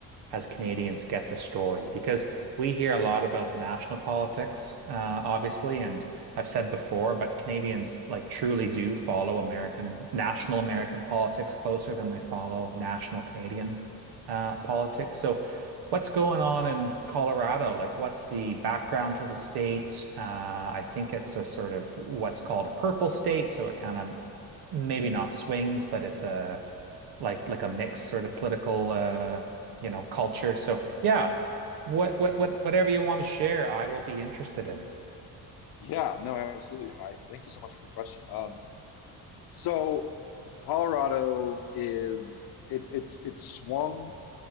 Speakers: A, on the right; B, on the left.
A: as Canadians get the story because we hear a lot about the national politics, uh, obviously, and I've said before, but Canadians like truly do follow American national American politics closer than they follow national Canadian uh, politics. So, what's going on in Colorado? Like, what's the background to the state? Uh, I think it's a sort of what's called a purple state, so it kind of maybe not swings, but it's a like like a mixed sort of political uh, you know, culture. So yeah, what what what whatever you want to share, I will be interested in.
B: Yeah, no, absolutely. And I thank you so much for the question. Um, so Colorado is it's it's it's swung